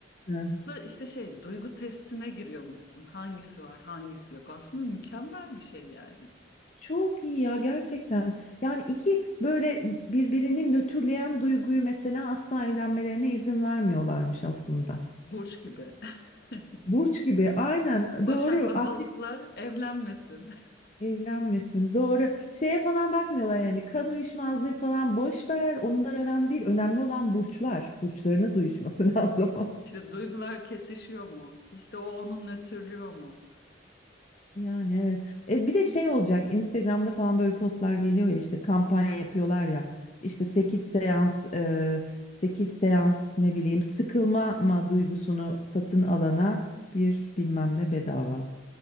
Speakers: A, on the left; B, on the left.
A: evet.
B: Bu Da işte şey duygu testine giriyormuşsun hangisi var hangisi yok aslında mükemmel bir şey yani
A: Çok iyi ya gerçekten. Yani iki böyle birbirini nötrleyen duyguyu mesela asla evlenmelerine izin vermiyorlarmış aslında.
B: burç gibi. <laughs>
A: Burç gibi aynen
B: Başak'la
A: doğru akrep
B: balıklar evlenmesin. <laughs>
A: evlenmesin doğru. Şeye falan bakmıyorlar yani kan uyuşmazlığı falan boş ver onlar önemli değil. Önemli olan burçlar. Burçlarınız uyuşması <laughs> lazım.
B: İşte duygular kesişiyor mu? İşte o onu nötrlüyor mu?
A: Yani evet. E, bir de şey olacak. Instagram'da falan böyle postlar geliyor ya işte kampanya yapıyorlar ya. İşte 8 seans e, 8 seans ne bileyim Sıkılma ma duygusunu satın alana bir bilmem ne bedava.